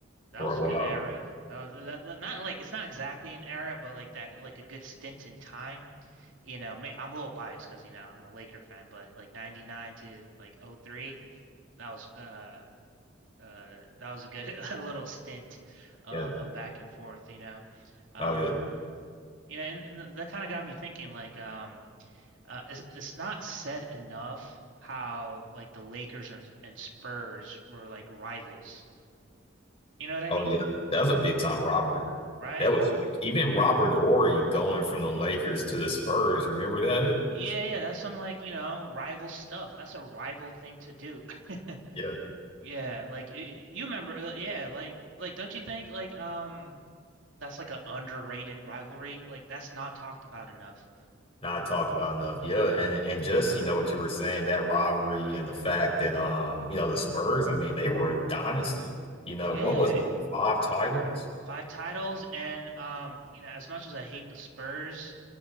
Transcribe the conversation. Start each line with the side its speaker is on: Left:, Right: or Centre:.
Right: That
Left: for
Right: was
Left: a
Right: a
Left: while,
Right: good era. That was that, that- not like it's not exactly an era, but like that, like a good stint in time you know, may, I'm a little biased because you know I'm a Laker fan, but like '99 to like '03, that was uh uh that was a good <laughs> a little stint uh,
Left: yeah.
Right: of back and forth, you know, um,
Left: Oh yeah,
Right: you know, and, and that kind of got me thinking like um uh it's, it's not said enough how like the Lakers and, and Spurs were like rivals, you know what I
Left: oh
Right: mean,
Left: yeah. That was a big time robbery.
Right: right?
Left: That
Right: Ooh,
Left: was even Robert Ory going from the Lakers to the Spurs. Remember that?
Right: yeah, yeah, that's some like you know rival stuff. That's a rival thing to do. <laughs>
Left: Yeah.
Right: Yeah, like y- y- you remember, uh, yeah, like like don't you think like um that's like an underrated rivalry? Like that's not talked about enough.
Left: not talked about enough. Yeah, and and just you know what you were saying, that rivalry and the fact that um, you know, the Spurs, I mean, they were a dynasty. You know,
Right: Yeah,
Left: what was it, like five titles?
Right: five titles and um you know as much as I hate the Spurs,